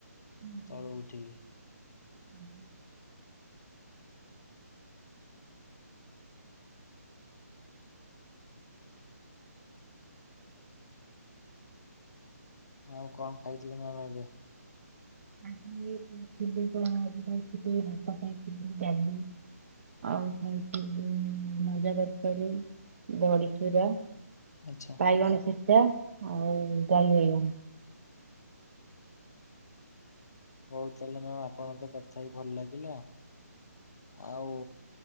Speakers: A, on the right; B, on the left.
A: ଉଁ ହୁଁ।
B: ଆଉ ଉଠିକି।
A: ଉଁ ହୁଁ।
B: ଆଉ କଣ ଖାଇଥିଲେ ମ୍ୟାମ ଏବେ?
A: ଆଜି ଏ ଖାଇଥିଲି କଣ ଆଜି ଖାଇଥିଲି ଭାତ ଖାଇଥିଲି ଡାଲି। ଆଉ ଖାଇଥିଲି ମଞ୍ଜା ତରକାରୀ ବଡିଚୁରା।
B: ଆଚ୍ଛା।
A: ବାଇଗଣ ଛେଚା ଆଉ ଦହି ବାଇଗଣ।
B: ହଉ ତାହେଲେ ମ୍ୟାମ ଆପଣ ସହ କଥା ହେଇ ଭଲ ଲାଗିଲା ଆଉ।